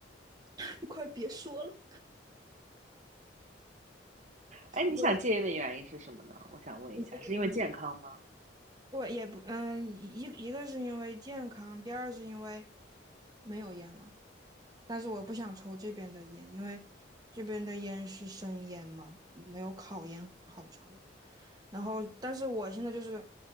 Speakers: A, on the right (about 20°); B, on the right (about 40°).
A: <laughs> 你快别说了，
B: 哎，你想戒烟的原因是什么呢？
A: 我。
B: 我想问一下，
A: 天
B: 是因为健康吗？
A: 我也不，嗯，一一个是因为健康，第二是因为没有烟了。但是我不想抽这边的烟，因为这边的烟是生烟嘛，没有烤烟好抽。然后，但是我现在就是